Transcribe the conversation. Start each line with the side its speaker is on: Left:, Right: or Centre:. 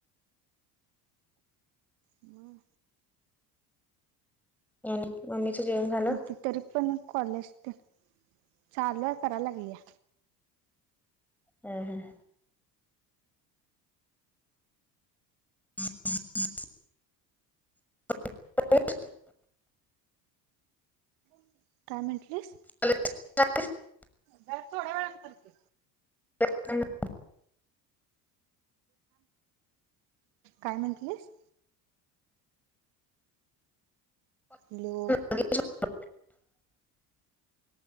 Right: मग
Centre: आणि मम्मीचं जेवण झालं
Right: ती तरी पण कॉलेज तेन, चालू हाय कराय लागलीया.
Centre: हम् हम <unintelligible> <unintelligible>
Right: <unintelligible> काय म्हटलीस?
Centre: <unintelligible>
Right: जरा थोड्या वेळान कर की
Centre: <unintelligible>
Right: काय म्हंटलीस हॅलो
Centre: <unintelligible>